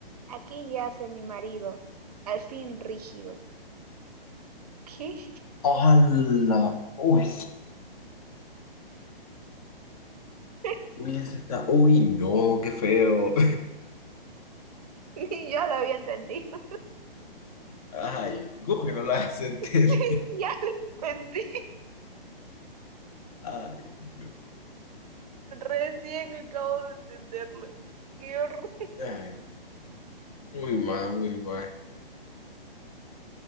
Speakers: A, on the right; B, on the left.
A: aquí yace mi marido, al fin rígido. ¿Qué?
B: ¡Hala! Uy,
A: <laughs>
B: uy, ese está. Uy, no, qué feo.
A: Ni yo lo había entendido. <laughs>
B: <laughs> Ay, ¿cómo que no la has entendido?
A: Sí, ya lo entendí.
B: Ay, no.
A: Recién acabo de entenderlo. Qué horror.
B: Ay, muy mal, muy mal.